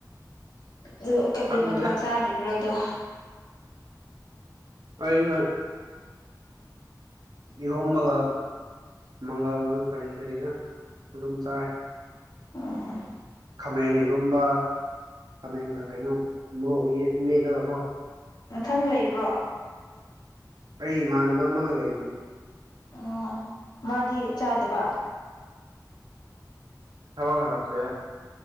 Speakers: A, on the left; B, on the right.
A: ꯑꯗꯨ ꯀꯔꯤ
B: ꯈꯪꯗꯦꯗ
A: ꯃꯊꯥ ꯆꯥꯔꯤꯕ꯭ꯔꯣꯗꯣ
B: ꯑꯩꯅ ꯏꯔꯣꯝꯕꯒ ꯃꯪꯒꯜ ꯀꯔꯤ ꯀꯔꯤꯅ ꯑꯗꯨꯝ ꯆꯥꯏ
A: ꯑꯥ
B: ꯈꯥꯃꯦꯟ ꯏꯔꯣꯝꯕ ꯈꯥꯃꯦꯟꯒ ꯀꯩꯅꯣ ꯃꯣꯔꯣꯛ ꯃꯦ ꯃꯦꯠꯂꯒꯀꯣ
A: ꯅꯨꯡꯊꯪ ꯂꯩꯕ꯭ꯔꯣ
B: ꯑꯩ ꯏꯃꯥꯟꯅꯕ ꯑꯃꯒ ꯂꯩꯕꯅꯤ
A: ꯑꯣ ꯃꯥꯗꯤ ꯆꯥꯗꯕ
B: ꯌꯥꯕ ꯥꯛꯇꯔ ꯌꯥꯌꯥ